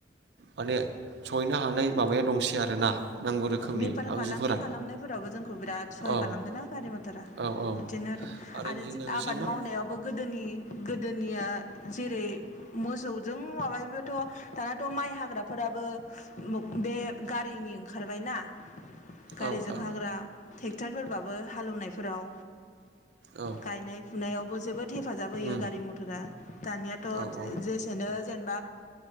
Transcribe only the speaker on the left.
बेफार
फालांगि खालामनायफोराव जोंखौ बिराद सहाय
खालामदोंना गारि मथरा
बिदिनो आरो
आबाद
मावनायावबो गोदो गोदोनि गोदोनिया जेरै मोसौजों माबायाबथ' दानाथ' माइ हाग्राफोराबो बे गारिनि ओंखारबाय ना गारिजों
हाग्रा ट्रेक्टरफोरबाबो हालेवनायफोराव
गायनाय फुनायावबो जोबोद। हेफाजाब होयो
गारि मथरा दानियाथ'
जेसेनो जेनेबा